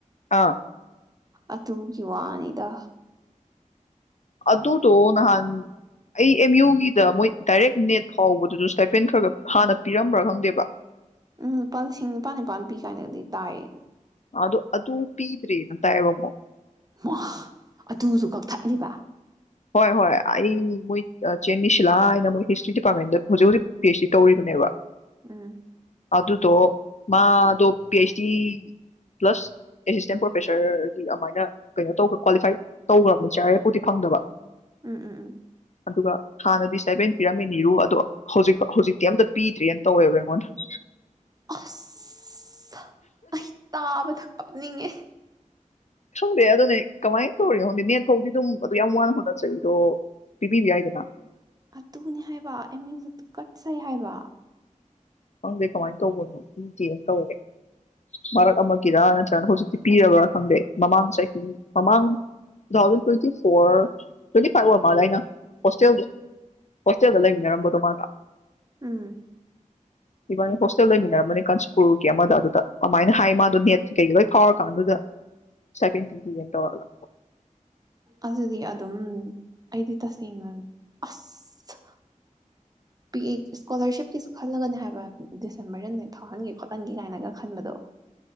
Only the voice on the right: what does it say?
ꯑꯗꯨꯒꯤ ꯋꯥꯅꯤꯗ
ꯎꯝ ꯂꯨꯄꯥ ꯂꯤꯁꯤꯡ ꯅꯤꯄꯥꯟ ꯅꯤꯄꯥꯟ ꯄꯤ ꯀꯥꯏꯅꯗꯤ ꯇꯥꯏꯌꯦ
<unintelligible> ꯑꯗꯨꯁꯨ ꯀꯛꯊꯠꯂꯤꯕ
ꯎꯝ
ꯎꯝ ꯎꯝ ꯎꯝ
ꯑꯁ ꯑꯩ ꯇꯥꯥꯕꯗ ꯅꯤꯡꯉꯦ꯫
ꯑꯗꯨꯅꯤ ꯍꯥꯏꯕ ꯑꯦꯝꯌꯨꯁꯦ ꯇꯨꯀꯠꯆꯩ ꯍꯥꯏꯕ
ꯎꯝ
ꯑꯗꯨꯗꯤ ꯑꯗꯨꯝ ꯑꯩꯗꯤ ꯇꯁꯦꯡꯅ ꯑꯁ ꯄꯤ ꯑꯩꯆ ꯏꯁꯀꯣꯂꯥꯔꯁꯤꯞꯀꯤꯁꯨ ꯈꯜꯂꯒꯅꯦ ꯍꯥꯏꯕ ꯗꯤꯁꯦꯝꯕꯔꯗ ꯅꯦꯠ ꯐꯥꯎꯍꯟꯒꯦ ꯈꯣꯠꯍꯟꯒꯦ ꯀꯥꯏꯅꯒ ꯈꯟꯕꯗꯣ